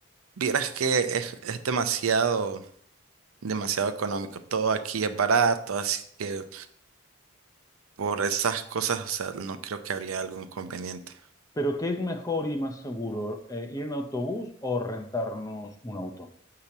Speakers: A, on the right; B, on the left.
A: Vieras que es, es demasiado, demasiado económico. Todo aquí es barato, así que por esas cosas, o sea, no creo que habría algún inconveniente.
B: ¿Pero qué es mejor y más seguro, eh, ir en autobús o rentarnos un auto?